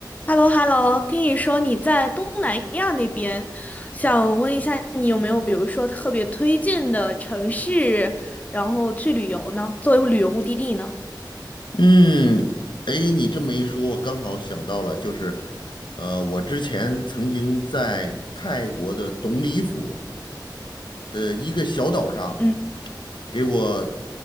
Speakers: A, on the left; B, on the left.
A: h e l l o h e l l o 听你说你在东南亚那边，想问一下你有没有比如说特别推荐的城市，然后去旅游呢？作为旅游目的地呢？
B: 嗯，哎，你这么一说，我刚好想到了，就是，呃，我之前曾经在泰国的董里府的一个小岛上，
A: 嗯
B: 给我